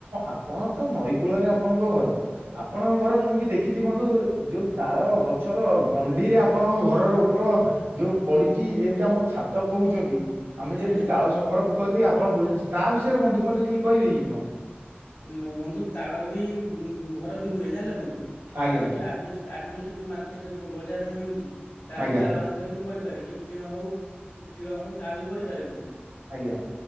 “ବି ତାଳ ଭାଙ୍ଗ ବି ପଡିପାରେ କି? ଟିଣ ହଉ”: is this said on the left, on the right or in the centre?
Left